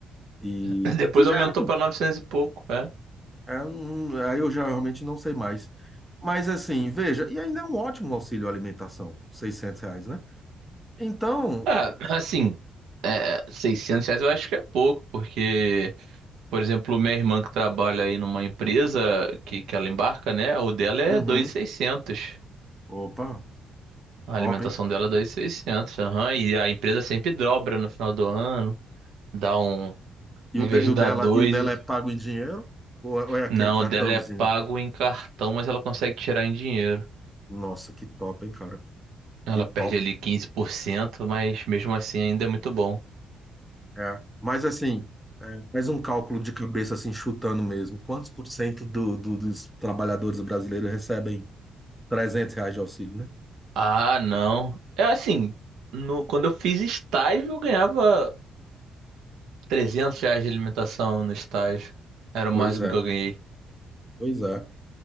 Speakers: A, in the centre; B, on the right.
A: E
B: É. <laughs> Depois
A: que já
B: aumentou
A: era, um-
B: para 900 e pouco, né?
A: é um- aí eu já realmente não sei mais. Mas assim, veja, e ainda é um ótimo auxílio alimentação, 600 reais, né? Então,
B: Ah, assim, é, 600 reais eu acho que é pouco, porque Por exemplo, minha irmã que trabalha aí numa empresa que, que ela embarca, né? O dela é
A: uhum,
B: dois mil e seiscentos,
A: opa,
B: A
A: top,
B: alimentação
A: hein?
B: dela é 2.600, aham. E a empresa sempre dobra no final do ano, dá um, em
A: E o,
B: vez
A: de- e
B: de
A: o
B: dar
A: dela,
B: dois,
A: e o dela é pago em dinheiro? Ou é ou é aquele
B: não,
A: cartãozinho?
B: o dela é pago em cartão, mas ela consegue tirar em dinheiro.
A: Nossa, que top, hein, cara?
B: Ela
A: Que top.
B: perde ali 15%, mas mesmo assim ainda é muito bom.
A: É. Mas assim, é, faz um cálculo de cabeça, assim, chutando mesmo. Quantos por cento do, do- dos trabalhadores brasileiros recebem 300 reais de auxílio, né?
B: Ah, não. É assim, no, quando eu fiz estágio, eu ganhava 300 reais de alimentação no estágio. Era o
A: Pois
B: máximo
A: é,
B: que eu ganhei.
A: pois é.